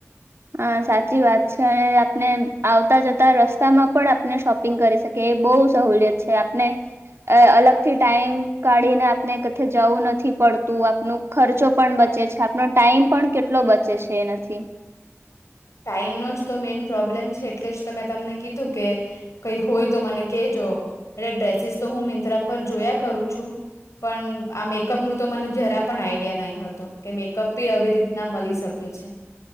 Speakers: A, on the right (about 60°); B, on the left (about 80°).
A: હા સાચી વાત છે અને આપને આવતા જતા રસ્તામાં પણ આપણે શોપિંગ કરી શકી એ બહુ સહુલિયત છે આપને અ અલગથી ટાઈમ કાઢીને આપને કશે જાવું નથી પડતું આપનું ખર્ચો પણ બચે છે આપનો ટાઈમ પણ કેટલો બચે છે એનાથી
B: ટાઈમનો જ તો મેઇન પ્રોબ્લેમ છે એટલે જ તો મેં તમને કીધું કે કઈ હોય તો મને કહેજો એટલે ડ્રેસીસ તો હું મિંત્રા પર જોયા કરું છું પણ આ મેકઅપનું તો મને જરા પણ આઈડિયા નહી હતો કે મેકઅપ બી આવી રીતના મલી શકે છે.